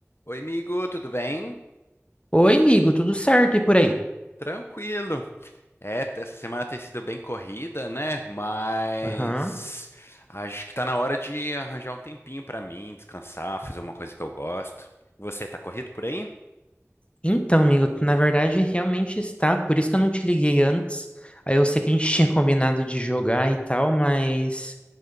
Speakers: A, on the left (about 55°); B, on the left (about 25°).
A: Oi, amigo, tudo bem?
B: Oi, amigo, tudo certo e por aí?
A: Tranquilo. É, t- essa semana tem sido bem corrida, né? Mas
B: Aham.
A: acho que tá na hora de arranjar um tempinho pra mim, descansar, fazer uma coisa que eu gosto. Você tá corrido por aí?
B: Então, amigo, tu, na verdade realmente está, por isso que eu não te liguei antes. Aí eu sei que a gente <laughs> tinha combinado de jogar e tal, mas